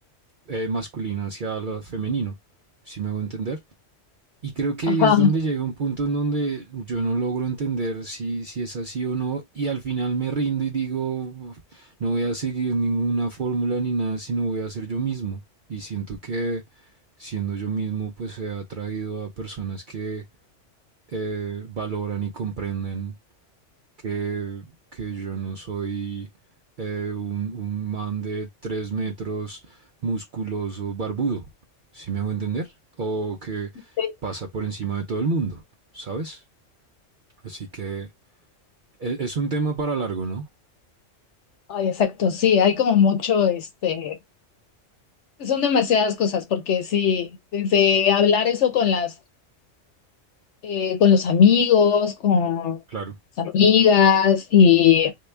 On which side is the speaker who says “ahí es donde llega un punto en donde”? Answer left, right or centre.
Right